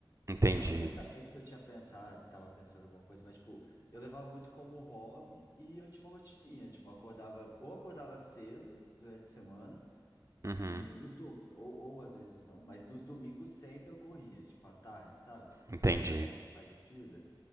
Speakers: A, on the right; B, on the left.
A: Entendi.
B: Não necessariamente que eu tinha pensado, estava pensando alguma coisa, mas tipo, eu levava muito como hobby e eu tinha uma rotininha, tipo, eu acordava, ou acordava cedo durante a semana.
A: Uhum.
B: E nos do... ou, ou às vezes não, mas nos domingos sempre eu corria, tipo à tarde, sabe?
A: Entendi.
B: Pra dar aquela espairecida.